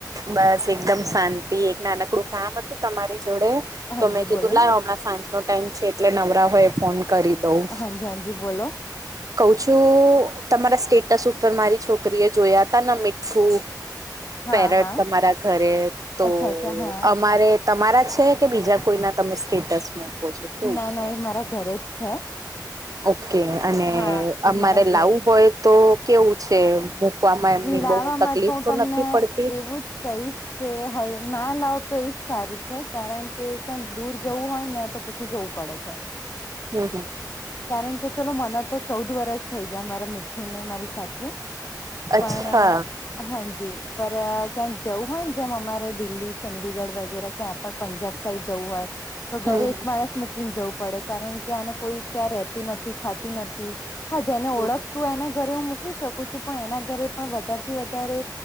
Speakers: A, on the right; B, on the left.
A: બસ એકદમ શાંતિ એક નાનકડું કામ હતું તમારી જોડે
B: હાજી
A: તો મેં કીધું
B: બોલો
A: લાવ
B: ને
A: સાંજ નો ટાઈમ છે એટલે નવરા હોય એ ફોન કરી દઉં
B: હાંજી હાંજી બોલો.
A: કઉ છું. તમારા સ્ટેટસ ઉપર મારી છોકરીએ જોયા તા ના મીઠું
B: હા
A: પેરટ
B: હા
A: તમારા ઘરે તો
B: અચ્છા અચ્છા હા
A: અમારે તમારા છે કે બીજા કોઈના તમે સ્ટેટસ મૂકો છો કેવું
B: ના
A: છે
B: ના એ મારા ઘરે જ છે.
A: ઓકે અને
B: હા
A: અમારે
B: એ મારા
A: લાવું
B: ઘર
A: હોય તો કેવું છે <unintelligible> એમની
B: લાવવામાં
A: બઉ તકલીફ
B: હું
A: તો
B: તમને
A: નથી પડતી
B: એવું જ કહીશ કે <unintelligible> તો ના લાવ તોજ સારું છે. કારણ કે ક્યાંક દૂર જવું હોય ને તો પછી જવું પડે છે.
A: હમ્મ હમ્મ
B: કારણ કે ચલો મના તો ચૌદ વરષ થઇ ગયા મારા મીઠું ને મારી સાથે
A: અચ્છા
B: પણ હાજી પર ક્યાંક જવું હોય ને જેમ અમારે દિલ્હી ચંંદીગઢ વગેરે ક્યાંય પણ પંજાબ સાઈડ જવું હોય તો
A: હમ
B: ઘરે
A: હમ
B: એક માણસ મૂકીને જવું પડે કારણ કે આને કોઈ ત્યાં રેતું નથી ખાતું નથી હા જેને
A: હમ
B: ઓળખ તું એના ઘરે હું મૂકી શકું છું. પણ એના પણ વધારેથી વધારે